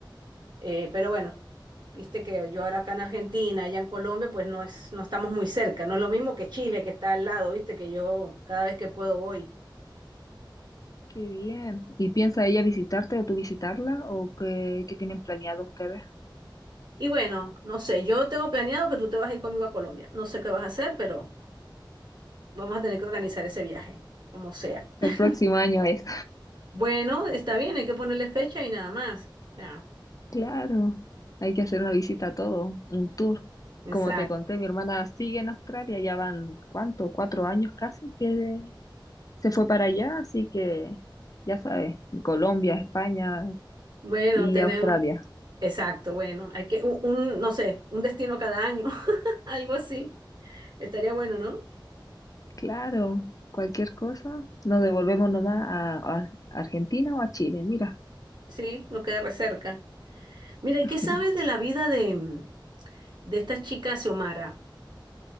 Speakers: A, on the right (about 60°); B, on the left (about 45°).
A: Eh, pero bueno, viste que yo ahora acá en Argentina, allá en Colombia, pues no es, no estamos muy cerca. No es lo mismo que Chile, que está al lado, viste, que yo cada vez que puedo voy.
B: qué bien. ¿Y piensa ella visitarte o tú visitarla o qué, qué tienen planeado ustedes?
A: Y bueno, no sé, yo tengo planeado que tú te vas a ir conmigo a Colombia. No sé qué vas a hacer, pero vamos a tener que organizar ese viaje, como sea. <laughs>
B: El próximo año es.
A: Bueno, está bien, hay que ponerle fecha y nada más. Ya,
B: Claro, hay que hacer una visita a todo, un tour.
A: exacto.
B: Como te conté, mi hermana sigue en Australia, ya van, ¿cuánto? Cuatro años casi que se fue para allá, así que ya sabes, Colombia, España
A: Bueno,
B: y
A: tenemos.
B: Australia.
A: Exacto, bueno, hay que, un, un, no sé, un destino cada año, <laughs> algo así. Estaría bueno, ¿no?
B: Claro, cualquier cosa, nos devolvemos nomás a, a Argentina o a Chile, mira.
A: Sí, nos queda re cerca. Mira,
B: <laughs>
A: ¿y qué sabes de la vida de, mm, de esta chica Xiomara?